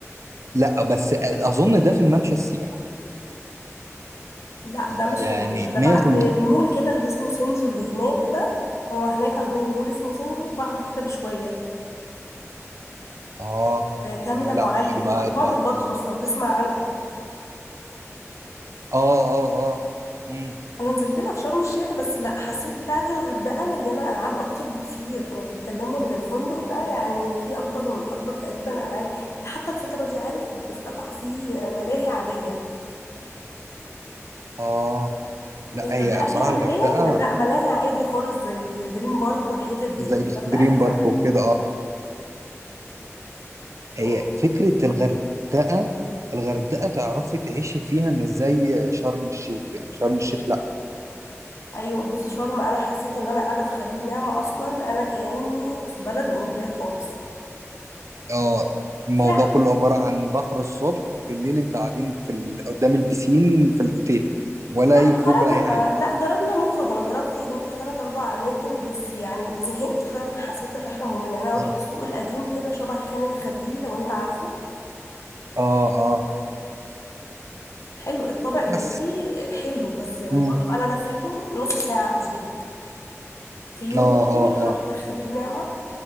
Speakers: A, on the right; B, on the left.
A: لا بس اظن ده في الممشى السياحي
B: لأ ده مش
A: يعني
B: في الممشى ده
A: 100%
B: بعد المول كده اللي اسمه سينزو اللي هناك ده هو هناك عندهم مول اسمه سينزو وبعده كده بشوية
A: اه
B: كامل
A: لا
B: أبو علي
A: يبقى
B: مجموعة
A: يبقى
B: البطرس لو تسمع عنها
A: اه اه اه امم
B: انا نزلت لها في شرم الشيخ بس لا حسيت بتاعه الغردقه مليانه العاب اكتر بكتير كانوا بيتكلموا ان الفندق ده يعني فيه اكبر من اكبر تقريبا العاب ده حتى الفتره دي عارف افتتحوا فيه ملاهي عاديه
A: اه لا
B: يعني
A: هي
B: الغردقه
A: بصراحة
B: فيها ملاهي
A: الغردقة
B: لا ملاهي عادي خالص زي دريم بارك والحتت دي
A: زي دريم
B: الغردقه فيها
A: بارك
B: لا
A: وكده اه هي
B: يعني
A: فكرة الغردقة الغردقة تعرفي تعيشي فيها مش زي شرم الشيخ يعني شرم الشيخ لا
B: ايوه بصي شرم انا حسيت ان انا قاعده في خليج نعمه اصلا انا كاني في بلد اوروبيه خالص
A: اه الموضوع
B: فيها
A: كله عبارة عن بحر الصبح بالليل انت قاعدين في ال... قدام البسين في الأوتيل ولا
B: لا
A: أي خروج
B: خرجنا
A: ولا أي حاجة
B: لا جربنا نخرج انا خرجت هناك في ثلاث اربع اماكن بس يعني زهقت فعلا حسيت الرحله ممله يعني انا
A: اه
B: رحت السوق القديم كده شبه خان الخليلي لو انت عارفه
A: اه, آه.
B: حلو الطابع اللي
A: بس
B: فيه حلو بس يعني
A: مم.
B: برضو انا لفيته نص ساعه زهقت في يوم
A: اه
B: تاني
A: اه اه
B: رحت خليج نعمة